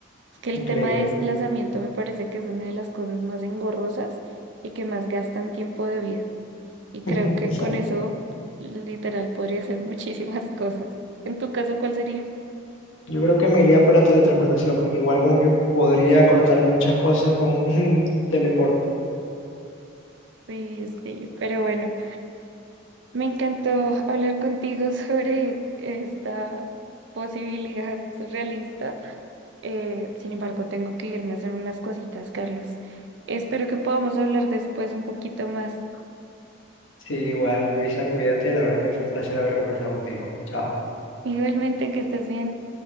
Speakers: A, on the right; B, on the left.
A: Es que el
B: Increíble,
A: tema de desplazamiento me parece que es una de las cosas más engorrosas y que más gastan tiempo de vida. Y creo
B: <laughs>
A: que
B: exacto.
A: con eso, literal, podría hacer <laughs> muchísimas cosas. En tu caso, ¿cuál sería?
B: Yo creo que me iría por la teletransportación, porque igual como que podría cortar muchas cosas con <laughs> un teleporte.
A: Sí, sí, pero bueno, me encantó hablar contigo <laughs> sobre esta posibilidad surrealista. Eh, sin embargo, tengo que irme a hacer unas cositas, Carlos. Espero que podamos hablar después un poquito más.
B: Sí, igual, Luisa, cuídate. La verdad que fue un placer haber conversado contigo. Chao.
A: Igualmente, que estés bien.